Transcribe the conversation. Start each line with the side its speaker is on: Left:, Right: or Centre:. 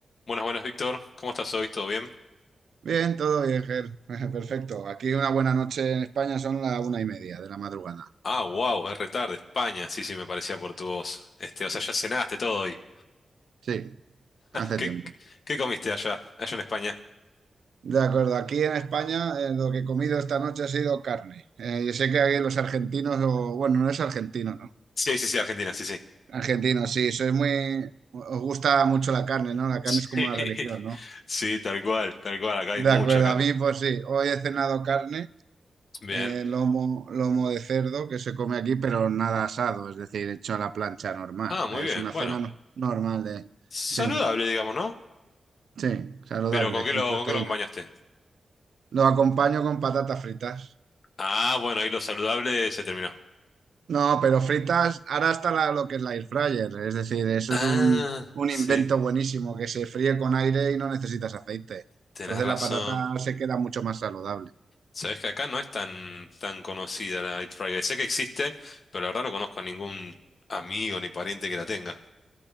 Left: Buenas, buenas, Víctor. ¿Cómo estás hoy? ¿Todo bien?
Right: Bien, todo bien, Ger. <laughs> Perfecto. Aquí una buena noche en España son las una y media de la madrugada.
Left: Ah, wow, es retarde, España. Sí, sí, me parecía por tu voz. Este, o sea, ya cenaste todo hoy.
Right: Sí, hace
Left: ¿Qué,
Right: tiempo.
Left: qué comiste allá, allá en España?
Right: De acuerdo, aquí en España eh, lo que he comido esta noche ha sido carne. Eh, yo sé que aquí los argentinos, o, bueno, no es argentino, ¿no?
Left: Sí, sí, sí, Argentina, sí, sí.
Right: Argentino, sí, sois muy... Os gusta mucho la carne, ¿no? La
Left: Sí,
Right: carne es como
Left: <laughs>
Right: una religión, ¿no?
Left: sí, tal cual, tal cual. Acá
Right: De
Left: hay mucha
Right: acuerdo,
Left: carne.
Right: a mí pues sí, hoy he cenado carne
Left: Bien.
Right: eh, lomo, lomo de cerdo que se come aquí, pero nada asado, es decir, hecho a la plancha normal.
Left: Ah, muy
Right: Es
Left: bien.
Right: una
Left: Bueno,
Right: cena no- normal de...
Left: saludable,
Right: Sí,
Left: digamos, ¿no?
Right: sí, saludable
Left: Pero ¿con qué
Right: y
Left: lo,
Right: proteína.
Left: con qué lo acompañaste?
Right: Lo acompaño con patatas fritas.
Left: Ah, bueno, ahí lo saludable se terminó.
Right: No, pero fritas, ahora está la- lo que es la air fryer, es decir, eso
Left: Ah,
Right: es un, un
Left: sí,
Right: invento buenísimo que se fríe con aire y no necesitas aceite.
Left: tenés
Right: Entonces
Left: razón.
Right: la patata se queda mucho más saludable.
Left: Sabes que acá no es tan, tan conocida la Eat Friday. Sé que existe, pero la verdad no conozco a ningún amigo ni pariente que la tenga.